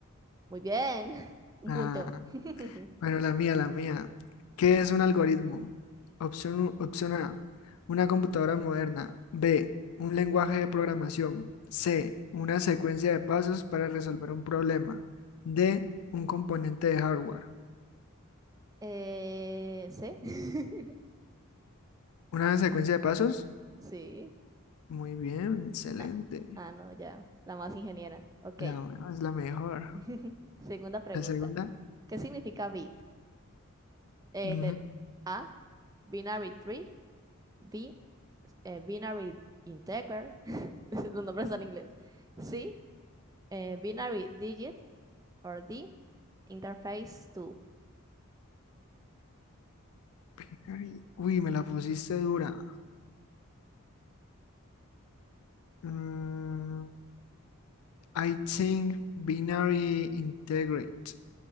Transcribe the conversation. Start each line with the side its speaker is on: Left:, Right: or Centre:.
Right: Muy bien, <laughs> un
Left: Ah,
Right: punto. <laughs>
Left: bueno, la mía, la mía. ¿Qué es un algoritmo? Opción, u- opción A, una computadora moderna. B, un lenguaje de programación. C, una secuencia de pasos para resolver un problema. D, un componente de hardware.
Right: Eh, ¿sí? <laughs>
Left: ¿Una secuencia de pasos?
Right: Sí.
Left: Muy bien, excelente.
Right: Ah, ah, no, ya. La más ingeniera. Ok.
Left: La una es la mejor.
Right: <laughs> Segunda pregunta.
Left: La segunda.
Right: ¿Qué significa bit? Eh,
Left: ujú,
Right: del A, binary tree. B, eh, binary integer. <laughs> Los nombres están en inglés. C, eh, binary digit. Or D, interface to.
Left: binary. Uy, me la pusiste dura. Mm, I think binary integrate.